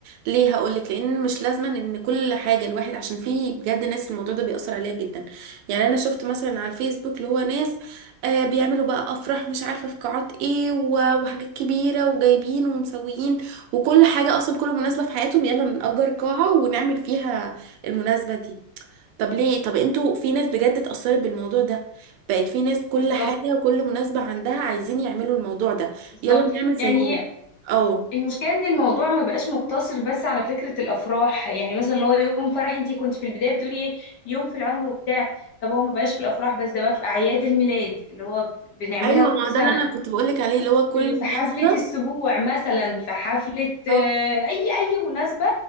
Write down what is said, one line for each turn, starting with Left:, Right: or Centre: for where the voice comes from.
Right: ليه هقول لك لان مش لازما ان كل حاجه الواحد عشان في بجد ناس الموضوع ده بيأثر عليها جدا يعني انا شفت مثلا على الفيسبوك اللي هو ناس آه بيعملوا بقى افراح مش عارفه في قاعات ايه و- وحاجات كبيره وجايبين ومسويين وكل حاجه اصلا كل مناسبه في حياتهم يلا نأجر قاعه ونعمل فيها المناسبه دي طب ليه طب انتوا في ناس بجد اتأثرت بالموضوع ده بقت في ناس كل
Left: بالظبط
Right: حاجة وكل مناسبة عندها عايزين يعملوا الموضوع ده
Left: بالظبط
Right: يلا نعمل زيهم
Left: يعني
Right: اه
Left: المشكلة ان الموضوع ما بقاش مقتصر بس على فكرة الافراح يعني مثلا اللي هو يوم فرح انتي كنت في البداية بتقولي ايه يوم في العمر وبتاع طب هو ما بقاش في الافراح بس ده بقى في اعياد الميلاد اللي هو بت- بنعملها
Right: ايوه
Left: كل
Right: ما هو ده
Left: سنة
Right: اللي انا كنت بقولك عليه اللي هو كل
Left: في
Right: مناسبة
Left: في حفلة السبوع مثلا في حفلة
Right: اه
Left: آه، اي اي مناسبة